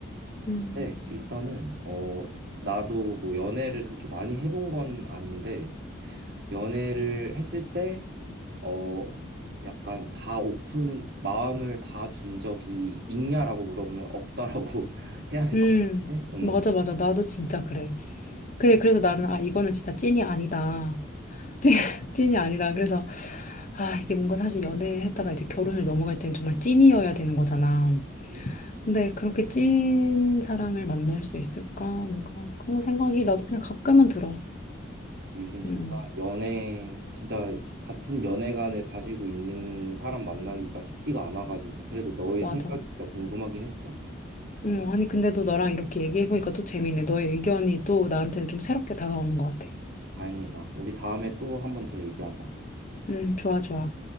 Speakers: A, on the left; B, on the right.
A: 음,
B: 근데 일단은 어 나도 뭐 연애를 그렇게 많이 해본 건 아닌데 연애를 했을 때 어 약간 다 오픈 마음을 다 준 적이 있냐라고 물어보면 없다라고 <laughs> 해야 될
A: 음,
B: 것 같은데. 응.
A: 맞아, 맞아. 나도 진짜 그래.
B: 음.
A: 그래, 그래서 나는 아 이거는 진짜 찐이 아니다. <laughs> 찐, 찐이 아니다. 그래서 아 이게 뭔가 사실 연애했다가 이제 결혼을 넘어갈 때는 정말 찐이어야 되는 거잖아.
B: 음.
A: 근데 그렇게 찐 사랑을 만날 수 있을까? 뭔가 그런 생각이 나도 그냥 가끔은 들어.
B: 요즘 진짜
A: 음,
B: 연애, 진짜 같은 연애관을 가지고 있는 사람 만나기가 쉽지가 않아가지고, 그래도 너의
A: 맞아.
B: 생각이 진짜 궁금하긴 했어.
A: 음, 아니 근데 또 너랑 이렇게 얘기해보니까 또 재밌네. 너의 의견이 또 나한테는 좀 새롭게 다가오는 것 같아.
B: 다행이다. 우리 다음에 또 한 번 더 얘기하자.
A: 음, 좋아, 좋아.